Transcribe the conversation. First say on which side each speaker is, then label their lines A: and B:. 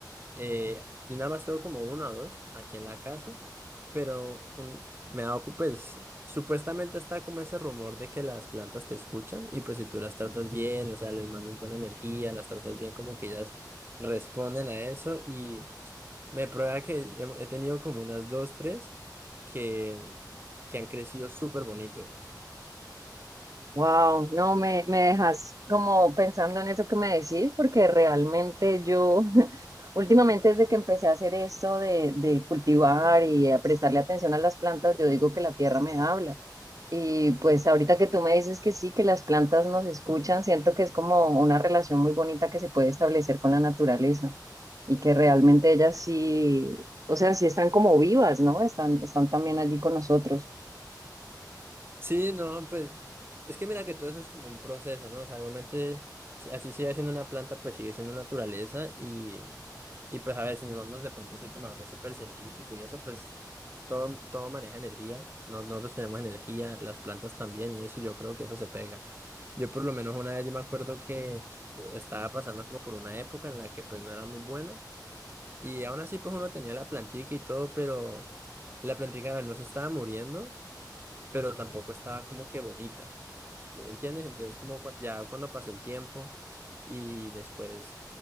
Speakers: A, on the right (about 30°); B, on the right (about 50°).
A: eh, yo nada más tengo como uno o dos aquí en la casa, pero un- me ha dado, cu- pues supuestamente está como ese rumor de que las plantas te escuchan y pues si tú las tratas bien, o sea, les mandas buena energía, las tratas bien, como que ellas responden a eso y me prueba que he he tenido como unas dos, tres que, que han crecido súper bonito.
B: Wow, no me, me dejas como pensando en eso que me decís, porque realmente yo <laughs> últimamente desde que empecé a hacer esto de, de cultivar y a prestarle atención a las plantas, yo digo que la tierra me habla. Y pues ahorita que tú me dices que sí, que las plantas nos escuchan, siento que es como una relación muy bonita que se puede establecer con la naturaleza y que realmente ellas sí, o sea, sí están como vivas, ¿no? Están, están también allí con nosotros.
A: Sí, no, pues es que mira que todo eso es como un proceso, ¿no? O sea, igualmente, si- así sigue siendo una planta, pues sigue siendo naturaleza y, y pues a ver, si nos vamos de pronto así como a algo súper científico y eso, pues todo, todo maneja energía, no- nosotros tenemos energía, las plantas también y eso, y yo creo que eso se pega. Yo por lo menos una vez yo me acuerdo que estaba pasando como por una época en la que pues no era muy buena y aún así pues uno tenía la plantica y todo, pero la plantica a ver, no se estaba muriendo pero tampoco estaba como que bonita, ¿sí me entiendes? Entonces como cua- ya cuando pasó el tiempo y después